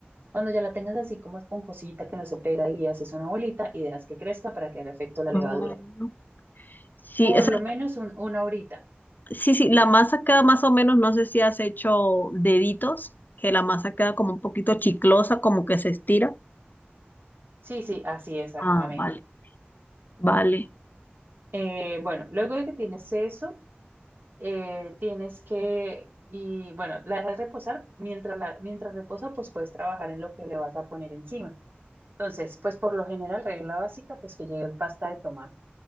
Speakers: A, on the right; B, on the left.
A: Cuando ya la tengas así como esponjosita que no se pega y haces una bolita y dejas que crezca para que haga efecto la levadura.
B: Mm. Sí,
A: Por
B: o sea,
A: lo menos un- una horita.
B: Sí, sí, la masa queda más o menos, no sé si has hecho deditos, que la masa queda como un poquito chiclosa, como que se estira.
A: Sí, sí, así exactamente.
B: Ah, vale. Vale,
A: Eh, bueno, luego de que tienes eso, eh, tienes que, y bueno, la dejas reposar. Mientras, la, mientras reposa, pues puedes trabajar en lo que le vas a poner encima. Entonces, pues por lo general, regla básica, pues que llegue pasta de tomate.